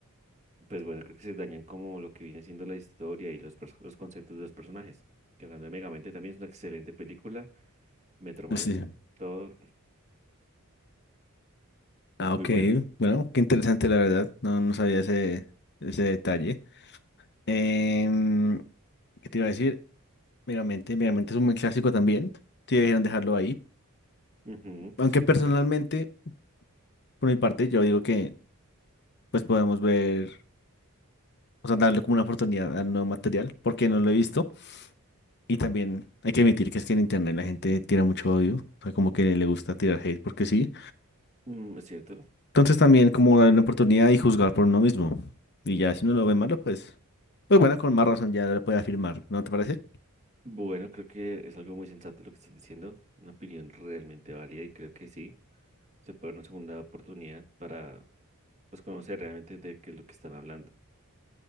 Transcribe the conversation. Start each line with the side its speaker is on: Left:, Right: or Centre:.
Right: pues bueno, creo que se dañan como lo que viene siendo la historia y los, pers- los conceptos de los personajes. Que hablando de Megamente también es una excelente película. Metro Man,
Left: Sí.
Right: todo
Left: Ah,
Right: muy
Left: ok.
Right: bueno.
Left: Bueno, qué interesante la verdad. No, no sabía ese, ese detalle. Em, ¿qué te iba a decir? Megamente, Megamente es un buen clásico también. Sí, debieron dejarlo ahí.
Right: Ujú,
Left: Aunque
Right: no sé
Left: personalmente,
Right: para-
Left: por mi parte, yo digo que pues podemos ver, o sea, darle como una oportunidad al nuevo material, porque no lo he visto. Y también hay que admitir que es que en internet la gente tira mucho odio. O sea, como que le gusta tirar hate porque sí.
Right: mm, es cierto.
Left: Entonces también como darle una oportunidad y juzgar por uno mismo. Y ya si uno lo ve malo, pues, pues bueno, con más razón ya lo puede afirmar, ¿no te parece?
Right: Bueno, creo que es algo muy sensato lo que estás diciendo. Una opinión realmente válida y creo que sí. Se puede dar una segunda oportunidad para pues conocer realmente de qué es lo que están hablando.